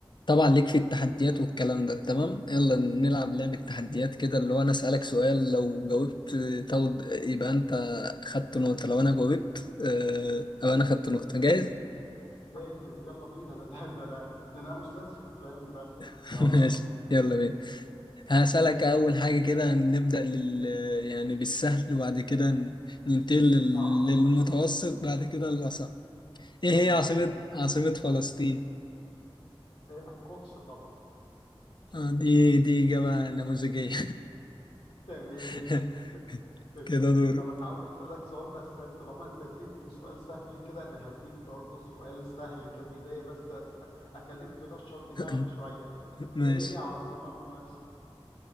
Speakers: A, on the left; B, on the left.
A: طبعا ليك في التحديات والكلام ده تمام يلا نلعب لعبة تحديات كده اللي هو انا اسألك سؤال لو جاوبت تاخد يبقى انت خدت نقطة لو انا جاوبت آه، او انا خدت نقطة جاهز
B: جاهز يلا بينا انا ده ده انا ده انا استاذ في الكلام ده
A: <laughs>
B: يلا
A: ماشي يلا بينا هسألك
B: يلا بينا
A: اول حاجة كده نبدأ لل يعني بالسهل وبعد كده ن- ننتقل
B: نصعب
A: لل-
B: شويه
A: للمتوسط بعد كده للأصعب ايه
B: ما
A: هي عاصمة
B: في في
A: عاصمة فلسطين
B: آه، القدس طبعا
A: آه، دي دي إجابة نموذجية
B: تمام
A: <laughs>
B: تسلم
A: كده دور
B: طب انا عاوز اسالك سؤال بس انت طالما انت اديتني سؤال سهل كده انا هديك برضه سؤال سهل كبدايه بس أ- اخليك تنشط دماغك
A: <laughs>
B: شويه
A: ماشي
B: ايه عاصمه مصر